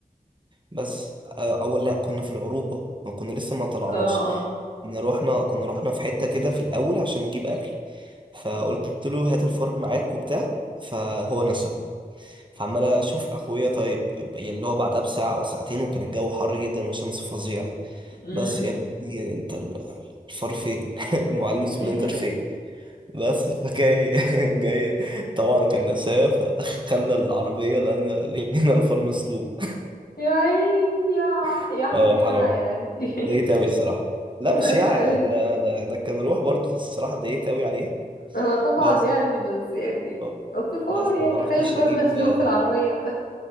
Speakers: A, on the right; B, on the left.
A: بس آه، اول لا كنا في العروبه ما كنا لسه ما طلعناش
B: اه اه
A: كنا رحنا كنا رحنا في حته كده في الاول عشان نجيب اكل فقلت له هات الفار معاك وبتاع فهو نسى فعمال اشوف اخويا طيب يعني اللي هو بعدها بساعه او ساعتين وكان الجو حر جدا والشمس فظيعه
B: امم
A: بس يا ابني انت ال- الفار فين <laughs> المعلم سبلنتر
B: <laughs>
A: فين بس فجاي <laughs> جاي طبعا كان نساه فدخلنا العربيه لان لقينا الفار مسلوق
B: يا عيني يا
A: <laughs>
B: يا
A: اه
B: يا
A: حرام
B: يعني <laughs>
A: اتضايقت أوي الصراحة لا مش
B: وحش
A: يعني
B: قوي
A: ده ده ده كان روح برضه الصراحة اتضايقت أوي عليه
B: هو طبعا
A: بس
B: يعني بس يعني
A: آه،
B: أصل فار
A: بس
B: يعني
A: ما
B: تخيل
A: عرفتش
B: فار
A: أجيب
B: مسلوق
A: <laughs>
B: في العربية